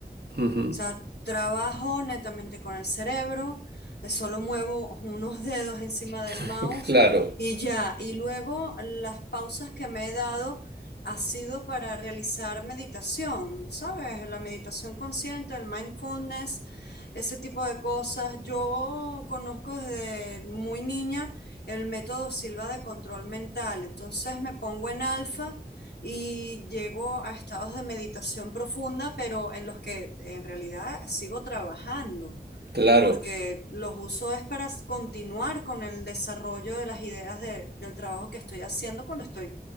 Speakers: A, on the right; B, on the left.
A: Ujú.
B: O sea, trabajo netamente con el cerebro, eh, solo muevo unos dedos encima del
A: <laughs>
B: mouse
A: Claro,
B: y ya. Y luego las pausas que me he dado ha sido para realizar meditación, ¿sabes? La meditación consciente, el mindfulness, ese tipo de cosas. Yo conozco desde muy niña el método Silva de control mental, entonces me pongo en alfa y llego a estados de meditación profunda, pero en los que en realidad sigo trabajando,
A: claro,
B: porque los uso es para continuar con el desarrollo de las ideas de- del trabajo que estoy haciendo cuando estoy